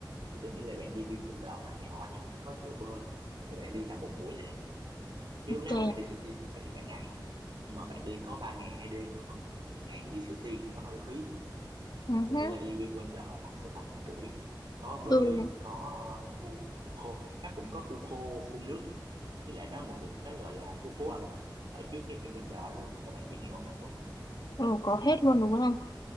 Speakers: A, on the right (about 75°); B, on the left (about 60°).
A: thì tôi nghĩ là bạn đi VinWonder nó nhỏ nhưng mà nó có chỗ bơi thì bạn đi tầm một buổi là đẹp chứ
B: ok.
A: nếu mà bạn đi Suối Tiên là bạn phải đi cả ngày nhưng mà bạn đi có 3 ngày hai đêm mà mất ngày đi Suối Tiên thì nó hơi phí
B: Ừ
A: tôi
B: hứ.
A: nghĩ là đi VinWonder mất sẽ tầm một buổi có bơi
B: Tôi
A: có ờ, khu khô nó cũng có khu khô khu nước với lại nó là một cục cái gọi là khu phố ẩm thực ở trước cái VinWonder đó luôn cho bạn trải nghiệm ẩm thực luôn
B: ừ, có hết luôn đúng không?